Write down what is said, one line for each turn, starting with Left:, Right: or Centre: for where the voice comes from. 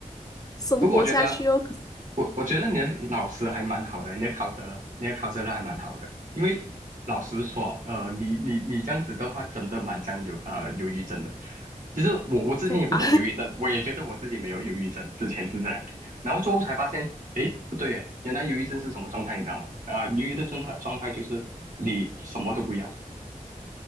Left: 生活下去哦。
Right: 不过我觉得
Left: 可是
Right: 我我觉得你的老师还蛮好的，你的考试了，你的考试了还蛮好的。因为老实说，呃，你你你这样子的话，真的蛮像有呃忧郁症的。其实我我之前也不懂忧郁症，
Left: 真的啊，
Right: 我也觉得我自己没有忧郁症，之前是这样，然后最后才发现，诶，不对耶，原来忧郁症是什么状态，你知道吗？啊、忧郁的状态状态就是你什么都不要，